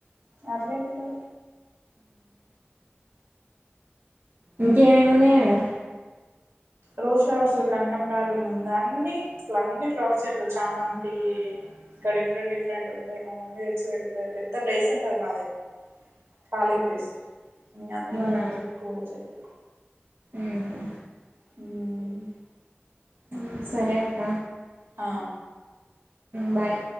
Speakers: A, on the right (about 85°); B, on the right (about 50°).
A: అట్లే ఏం ఉండదు
B: ఇంకేమేమున్నయ్ ఆడా
A: రోజ్ ఫ్లవర్స్ కనకంమ్రాలు మందా అన్నీ స్లన్నీ ఫ్లవర్స్ చెట్లు చామంతీ ఇంక డిఫరెంట్ డిఫరెంట్ ఉం య్ మా మమ్మీ తెచ్చి పెడతది పెద్ద ప్లేస్ ఉంటది మాది ఖాళీ ప్లేసు అందులో
B: అవునా
A: ఎడుతది పూలచెట్లు
B: ఉహు
A: ఉఉ
B: హు, సరే అక్క
A: ఆ
B: బాయ్